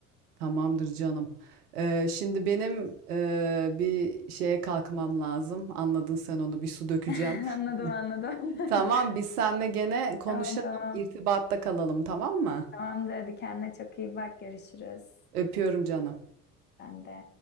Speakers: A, on the right (about 80°); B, on the left (about 25°).
A: Tamamdır canım. Ee, şimdi benim e, bir şeye kalkmam lazım. Anladın sen onu bir su dökeceğim.
B: <laughs> Anladım anladım.
A: <laughs> Tamam
B: <laughs>
A: biz seninle gene konuşalım,
B: Tamam tamam.
A: irtibatta kalalım tamam mı?
B: Tamamdır hadi kendine çok iyi bak görüşürüz.
A: Öpüyorum canım.
B: Ben de.